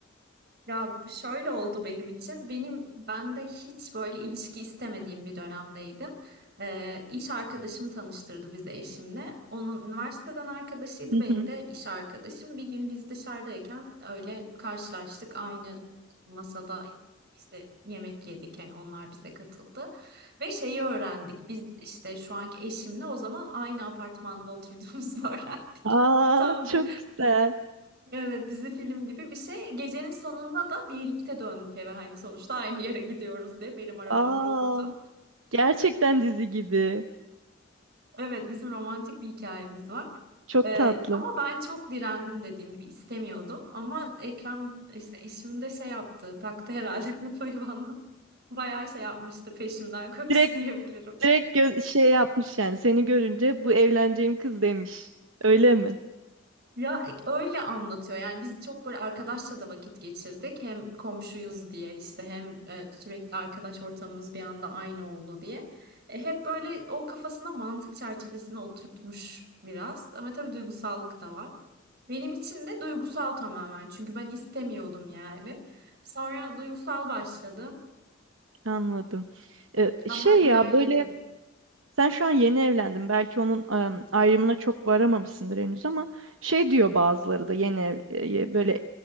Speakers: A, on the right; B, on the right.
A: Ya şöyle oldu benim için. Benim ben de hiç böyle ilişki istemediğim bir dönemdeydim. Ee, iş arkadaşım tanıştırdı bizi eşimle. Onun üniversiteden arkadaşıydı,
B: Hı
A: benim
B: hı.
A: de iş arkadaşım. Bir gün biz dışarıdayken öyle karşılaştık. Aynı masada işte yemek yedik. Yani onlar bize katıldı. Ve şeyi öğrendik. Biz işte şu anki eşimle o zaman aynı apartmanda oturduğumuzu <laughs> öğrendik.
B: Aa
A: Tam
B: çok
A: da-
B: güzel.
A: Evet dizi film gibi bir şey. Gecenin sonunda da birlikte döndük eve hani sonuçta aynı yere gidiyoruz diye. Benim arabam
B: Aa
A: yoktu.
B: gerçekten dizi gibi.
A: Evet bizim romantik bir hikayemiz var.
B: Çok
A: Ee,
B: tatlı.
A: ama ben çok direndim dediğim gibi istemiyordum. Ama Ekrem işte işimde şey yaptı taktı herhalde <laughs> kafayı bana. Bayağı şey yapmıştı peşimden koştu
B: Direkt
A: <laughs> diyebilirim.
B: Direkt gö- şey yapmış yani seni görünce bu evleneceğim kız demiş. Öyle mi?
A: Ya öyle anlatıyor. Yani biz çok böyle arkadaşça da vakit geçirdik. Hem komşuyuz diye işte hem e, sürekli arkadaş ortamımız bir anda aynı oldu diye. E, hep böyle o kafasına mantık çerçevesine oturtmuş biraz. Ama tabii duygusallık da var. Benim için de duygusal tamamen. Çünkü ben istemiyordum yani. Sonra duygusal başladım
B: Anladım. Ee,
A: ama
B: şey
A: ilerledi.
B: ya böyle sen şu an yeni evlendin. Belki onun em, ayrımına çok varamamışsındır henüz ama şey diyor bazıları da yeni ev, e, böyle